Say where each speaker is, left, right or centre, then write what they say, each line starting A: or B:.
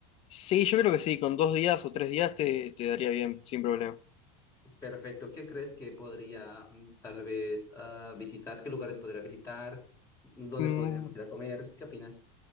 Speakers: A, on the left; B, on the left.
A: Sí, yo creo que sí, con dos días o tres días te, te daría bien, sin problema.
B: Perfecto. ¿Qué crees que podría mm, tal vez ah, visitar? ¿Qué lugares podría visitar? ¿Dónde
A: Mm,
B: podríamos ir a comer? ¿Qué opinas?